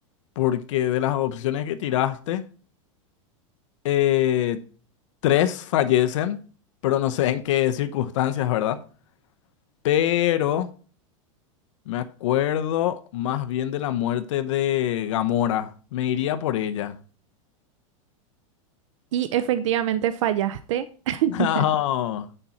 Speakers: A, on the left (about 65°); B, on the right (about 65°).
A: porque de las opciones que tiraste, eh, tres fallecen, pero no sé en qué circunstancias, ¿verdad? Pero me acuerdo más bien de la muerte de Gamora, me iría por ella.
B: Y efectivamente fallaste. <laughs>
A: <laughs> No,